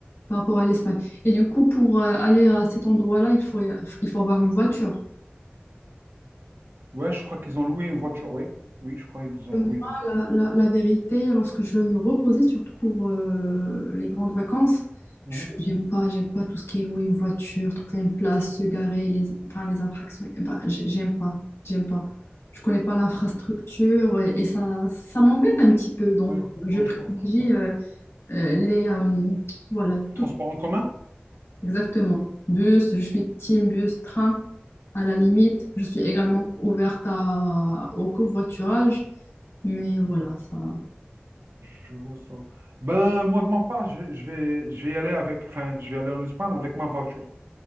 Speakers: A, on the left (about 85°); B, on the right (about 75°).
A: par rapport à l'Espagne. Et du coup, pour euh, aller à cet endroit-là, il faut, il faut avoir une voiture.
B: Ouais, je crois qu'ils ont loué une voiture, oui. Oui, je crois qu'ils ont
A: Donc,
B: loué
A: Moi,
B: une voiture.
A: la, la, la vérité, lorsque je veux me reposer, surtout pour euh, les grandes vacances,
B: Mhm.
A: je- j'aime pas, j'aime pas tout ce qui est louer une voiture, trouver une place, se garer, les, enfin, les infractions. Eh ben, j'ai- j'aime pas, j'aime pas. Je connais pas l'infrastructure
B: Ok.
A: et, et ça, ça m'embête un petit peu. Donc,
B: Oui,
A: euh, je
B: oui,
A: privilégie
B: je vois ça.
A: euh, euh, les, euh, voilà, tout
B: Transport en commun?
A: Exactement. Bus, je suis team bus, train. À la limite, je suis également ouverte à- au covoiturage, mais voilà,
B: Ok.
A: ça,
B: Je ressens. Ben, moi, de ma part, je, je vais, je vais y aller avec, enfin, je vais aller en Espagne avec ma voiture.